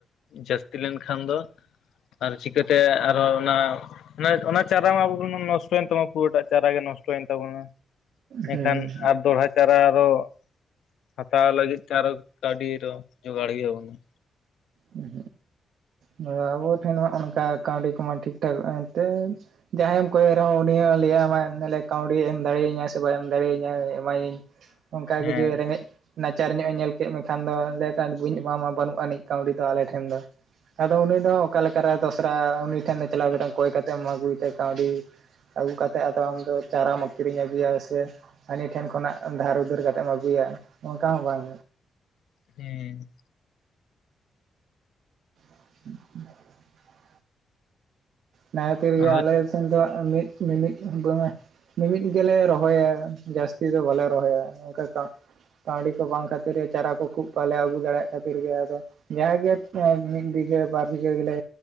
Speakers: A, on the left; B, on the right.
A: ᱡᱟᱹᱥᱛᱤ ᱞᱮᱱᱠᱷᱟᱱ ᱫᱚ ᱟᱨ ᱪᱤᱠᱟᱹᱛᱮ ᱟᱨᱦᱚ ᱚᱱᱟ ᱚᱱᱟ ᱪᱟᱨᱟ ᱢᱟ ᱟᱵᱚ <unintelligible> ᱱᱚᱥᱴᱚᱭᱮᱱ ᱛᱟᱢᱟ ᱾ ᱯᱩᱨᱟᱹᱴᱟᱜ ᱪᱟᱨᱟ ᱜᱮ ᱱᱚᱥᱴᱚᱭᱮᱱ ᱛᱟᱵᱚᱱᱟ
B: ᱦᱮᱸ
A: ᱮᱱᱠᱷᱟᱱ ᱟᱨ ᱫᱚᱲᱦᱟ ᱪᱟᱨᱟ ᱫᱚ ᱦᱟᱛᱟᱣ ᱞᱟᱹᱜᱤᱫ ᱛᱮ ᱟᱨᱚ ᱠᱟᱹᱣᱰᱤ ᱨᱚ ᱡᱚᱜᱟᱲ ᱦᱳᱭᱳᱜᱼᱟ ᱩᱱ ᱾
B: ᱦᱩᱸ ᱦᱩᱸ ᱟᱵᱚ ᱴᱷᱮᱱ ᱢᱟ ᱚᱱᱠᱟ ᱠᱟᱹᱣᱰᱤ ᱠᱚᱢᱟ ᱴᱷᱤᱠ ᱴᱷᱟᱠ ᱮᱱᱛᱮ ᱡᱟᱦᱟᱸᱭᱮᱢ ᱠᱚᱭᱮ ᱨᱮᱦᱚᱸ ᱩᱱᱤ ᱦᱚᱸ ᱞᱟᱹᱭᱟᱢᱟᱭ ᱞᱮ ᱠᱟᱹᱣᱰᱤ ᱮᱢ ᱫᱟᱲᱮᱭᱟᱹᱧᱟ ᱥᱮ ᱵᱟᱭ ᱮᱢ ᱫᱟᱲᱮᱭᱟᱹᱧᱟ ᱮᱢᱟᱭᱟᱹᱧ ᱾ ᱚᱝᱠᱟ ᱜᱮ
A: ᱦᱮᱸ
B: ᱡᱩᱫᱤ ᱨᱮᱸᱜᱮᱡ ᱱᱟᱪᱟᱨ ᱧᱚᱜ ᱮ ᱧᱮᱞ ᱠᱮᱜ ᱢᱮᱠᱷᱟᱱ ᱫᱚᱸ ᱞᱟᱹᱭᱟ ᱛᱚ ᱵᱟᱹᱧ ᱮᱢᱟᱢᱟ ᱵᱟᱹᱱᱩᱜ ᱟᱹᱱᱤᱡ ᱾ ᱠᱟᱹᱣᱰᱤ ᱫᱚ ᱟᱞᱮ ᱴᱷᱮᱱ ᱫᱚ ᱾ ᱟᱫᱚ ᱩᱱᱤ ᱫᱚ ᱚᱠᱟ ᱞᱮᱠᱟᱨᱮ ᱫᱚᱥᱨᱟ ᱩᱱᱤ ᱴᱷᱮᱱ ᱪᱟᱞᱟᱣ ᱠᱟᱛᱮ ᱠᱚᱭ ᱠᱟᱛᱮ ᱮᱢ ᱟᱹᱜᱩᱭ ᱛᱟᱭ ᱠᱟᱹᱣᱰᱤ ᱟᱹᱜᱩ ᱠᱟᱛᱮᱜ ᱟᱫᱚ ᱟᱢ ᱫᱚ ᱪᱟᱨᱟᱢ ᱟᱠᱠᱷᱤᱨᱤᱧ ᱟᱹᱜᱩᱭᱟ ᱥᱮ ᱦᱟᱹᱱᱤ ᱴᱷᱮᱱ ᱠᱷᱚᱱᱟᱜ ᱫᱷᱟᱨ ᱩᱫᱷᱟᱹᱨ ᱠᱟᱛᱮᱢ ᱟᱹᱜᱩᱭᱟ ᱚᱝᱠᱟ ᱦᱚᱸ ᱵᱟᱝ
A: ᱦᱮᱸᱻ
B: <inaudible> ᱚᱱᱟ ᱛᱮᱜᱮ
A: ᱟᱫᱚ
B: ᱟᱞᱮ ᱥᱮᱱ ᱫᱚ ᱢᱤᱫ ᱢᱤᱜ ᱢᱤᱜ ᱫᱚᱢᱮ ᱢᱤᱢᱤᱫ ᱜᱮᱞᱮ ᱨᱚᱦᱚᱭᱟ ᱡᱟᱹᱥᱛᱤ ᱫᱚ ᱵᱟᱞᱮ ᱨᱚᱦᱚᱭᱟ ᱚᱝᱠᱟ ᱠᱟ- ᱠᱟᱹᱣᱰᱤ ᱠᱚ ᱵᱟᱝ ᱠᱷᱟᱹᱛᱤᱨ ᱜᱮ ᱪᱟᱨᱟ ᱠᱚ ᱠᱷᱩᱵ ᱵᱟᱞᱮ ᱟᱹᱜᱩ ᱫᱟᱲᱮᱭᱟᱜ ᱠᱷᱟᱹᱛᱤᱨ ᱜᱮ ᱟᱫᱚ ᱡᱟ ᱜᱮ ᱢᱤᱫ ᱵᱤᱜᱷᱟᱹ ᱵᱟᱨ ᱵᱤᱜᱷᱟᱹ ᱜᱮᱞᱮ